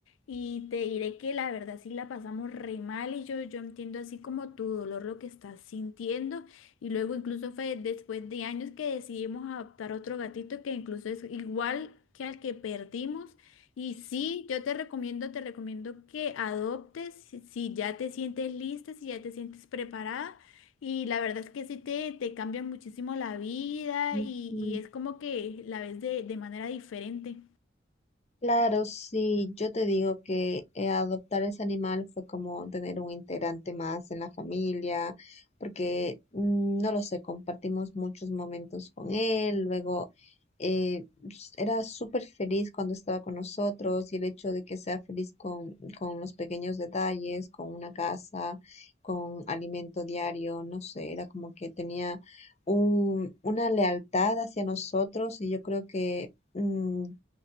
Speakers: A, on the left; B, on the left.
A: y te diré que la verdad sí la pasamos re mal y yo, yo entiendo así como tu dolor lo que estás sintiendo. Y luego incluso fue después de años que decidimos adoptar otro gatito que incluso es igual que al que perdimos. Y sí, yo te recomiendo, te recomiendo que adoptes si, si ya te sientes lista, si ya te sientes preparada. Y la verdad es que sí te, te cambia muchísimo la vida
B: ujú.
A: y, y es como que la ves de, de manera diferente.
B: Claro, sí, yo te digo que eh, adoptar ese animal fue como tener un integrante más en la familia, porque mm, no lo sé, compartimos muchos momentos con él, luego eh, s- era súper feliz cuando estaba con nosotros y el hecho de que sea feliz con, con los pequeños detalles, con una casa, con alimento diario, no sé, era como que tenía un- una lealtad hacia nosotros y yo creo que... mm,